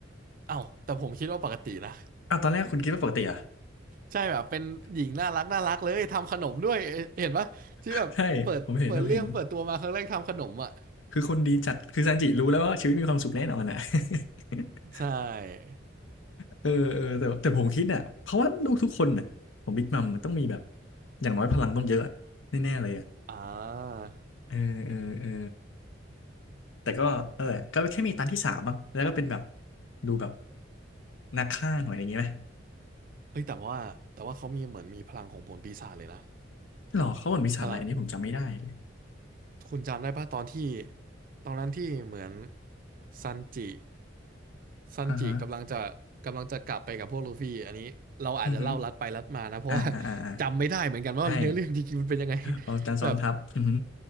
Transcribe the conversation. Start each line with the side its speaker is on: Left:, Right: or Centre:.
Right: เอ้าแต่ผมคิดว่าปกตินะ
Left: อ่าตอนแรกคุณคิดว่าปกติเหรอ่ะ
Right: ใช่แบบเป็นหญิงน่ารักน่ารักเลยทำขนมด้วยเอเห็นปะที่แบบเปิดเปิดเรื่องเปิดตัวมาครั้งแรกทำขนมอ่ะ
Left: <laughs> ใช่ผมเห็นผมเห็นคือคนดีจัดคือซันจิรู้แล้วว่าชีวิตมีความสุขแน่นอนอ่ะ <laughs>
Right: ใช่
Left: เออเออแต่แต่ผมคิดอ่ะเพราะว่าลูกทุกคนอ่ะของบิ๊กมัมมันต้องมีแบบอย่างน้อยพลังต้องเยอะอะแน่ๆเลยอ่ะ
Right: อ่า
Left: เออเออเออ แต่ก็เออก็แค่มีตันที่สามมั้งแล้วก็เป็นแบบดูแบบนักฆ่าหน่อยอย่างงี้ไหม
Right: เอ้ยแต่ว่าแต่ว่าเขามีเหมือนมีพลังของผลปีศาจเลยนะ
Left: หรอเขาเหมือนมีสารอะไรอันนี้ผมจำไม่ได้เลย
Right: พลังคุณจำได้ปะตอนที่ตอนนั้นที่เหมือนซันจิซันจิกำลังจะกำลังจะกลับไปกับพวกลูฟี่อันนี้เราอาจจะเล่าลัดไปลัดมานะเพราะว่า
Left: อ่าฮะอือฮึอ่าอ่าอ่าอ่า
Right: <laughs> จำไม่ได้เหมือนกันว่าเนื้อเรื่องจริงๆมันเป็นยังไง
Left: ใช่เอาจันซ้อนทับอือฮึ
Right: <laughs> แบบ